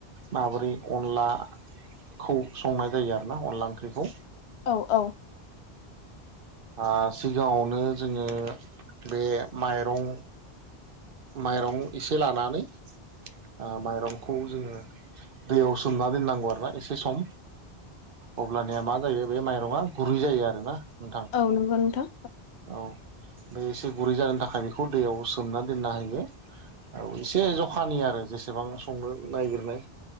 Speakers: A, on the right; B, on the left.
A: माबोरै अनलाखौ संनाय जायो आरोना अनला ओंख्रिखौ।
B: औ औ
A: आरो सिगाङावनो जोङो बे माइरं माइरं इ से लानानै ओ माइरंखौ जोङो दैयाव सोमना दोननांगौ आरोना एसे सम अब्लानिया मा जायो बे माइरङा गुरै जायो आरोना नोंथां
B: औ नंगौ नोंथां
A: औ बे एसे गुरै जनो थाखाय बेखौ दैयाव सोमना दोनना होयो औ एसे जखानि आरो जेसेबां संनो नागिरनाय